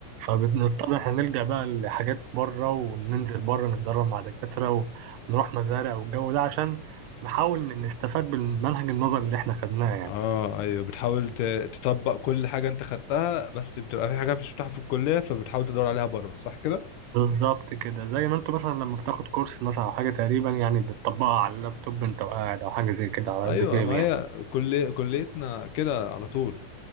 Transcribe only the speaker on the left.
اه ايوه بتحاول ت- تطبق كل حاجه انت خدتها بس بتبقى في حاجات مش بتاعها في الكليه فبتحاول تدور عليها بره صح كده
ايوه
ما هي
كليه كليتنا كده على طول